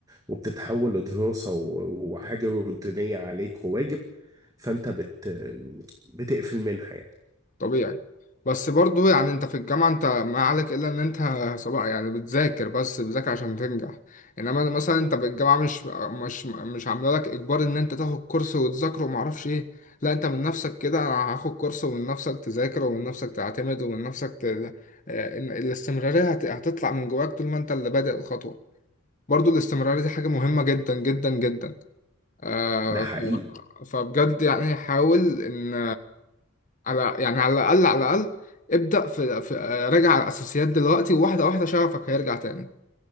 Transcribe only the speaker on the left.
طبيعي بس برضه يعني انت في الجامعة انت ما عليك الا ان انت صباح يعني بتذاكر بس بتذاكر عشان تنجح انما مثلا انت في الجامعة مش مش مش عامله لك اجبار ان انت تاخد كورس وتذاكره وما اعرفش ايه لا انت من نفسك كده انا هاخد كورس ومن نفسك تذاكر ومن نفسك تعتمد ومن نفسك ت... اه، ان الاستمرارية هت... هتطلع من جواك طول ما انت اللي بادئ الخطوة برضه الاستمرارية دي حاجة مهمة جدا جدا جدا آه
ف... فبجد يعني حاول ان على يعني على الأقل على الأقل ابدأ في, في آه، راجع على الأساسيات دلوقتي وواحدة واحدة شغفك هيرجع تاني